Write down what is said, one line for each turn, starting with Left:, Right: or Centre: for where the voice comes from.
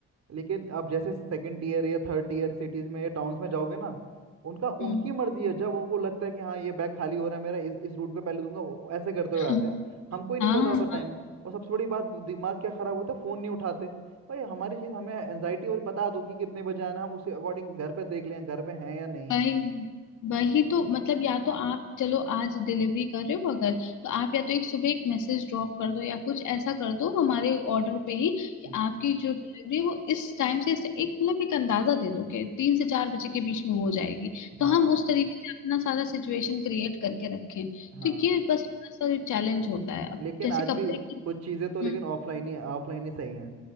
Right: लेकिन अब जैसे सेकंड ईयर या थर्ड ईयर सिटीज में या टाउन्स में जाओगे ना उनका
Left: हम्म,
Right: उनकी मर्जी है जब उनको लगता है कि हाँ ये बैग खाली हो रहा है मेरा इस इस रूट पे पहले दूंगा वो ऐसे करते हुए
Left: हम्म।
Right: आते हैं हमको ही नहीं
Left: हाँ
Right: पता होता टाइम और सबसे बड़ी बात दिमाग क्या खराब होता है फोन नहीं उठाते भाई हमारी चीज हमें एनजाइटी और बता दो कि कितने बजे आना है, हम उसके अकॉर्डिंग घर पे देख लें घर पे हैं या नहीं है
Left: वही वही तो मतलब या तो आप चलो आज डिलीवरी कर रहे हो अगर तो आप या तो एक सुबह एक मैसेज ड्रॉप कर दो या कुछ ऐसा कर दो हमारे ऑर्डर पे ही कि
Right: हम्म
Left: आपकी जो डिलीवरी है वो इस टाइम से इस एक मतलब एक अंदाजा दे दो कि तीन से चार बजे के बीच में हो जाएगी तो
Right: हाँ
Left: हम उस तरीके से अपना सारा सिचुएशन क्रिएट करके रखें तो
Right: हाँ
Left: ये बस थोड़ा सा चैलेंज होता है अब
Right: लेकिन
Left: जैसे
Right: आज भी
Left: कपड़े की
Right: कुछ चीज़ें तो लेकिन
Left: हम्म,
Right: ऑफलाइन ही ऑफलाइन ही सही हैं